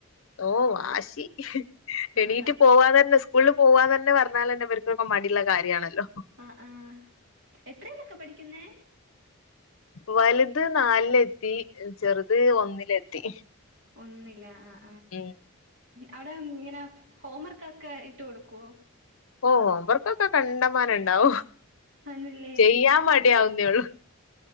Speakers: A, on the left; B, on the right.
A: ഓ വാശി
B: ആഹ്
A: എണീറ്റ് പോവാന്നന്നെ സ്കൂള് പോവാന്നന്നെ പറഞ്ഞാലെന്നെ ഇവര്ക്ക്പ്പൊമടിള്ള കാര്യാണല്ലോ
B: അ ആ എത്രയിലൊക്കെ പഠിക്കുന്നേ
A: വലുത് നാലിലെത്തി ചെറുത് ഒന്നിലെത്തി
B: ഒന്നിലാ ആ
A: ഉം
B: അവിടെ ഇങ്ങനെ ഹോം വർകൊക്കെ ഇട്ട് കൊടുക്കുവോ
A: ഓ ഹോംവർക്കൊക്കെ കണ്ടമാനണ്ടാവും
B: ആണല്ലേ
A: ചെയ്യാ മടിയാവുന്നേള്ളു